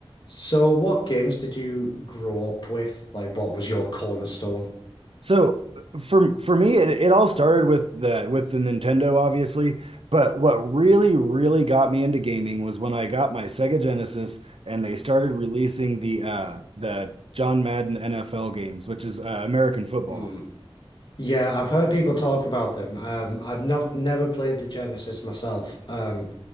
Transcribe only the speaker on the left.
So, what games did you grow up with? Like, what was your cornerstone?
Hmm. Yeah, I've heard people talk about them. Um, I've never never played the Genesis myself, um,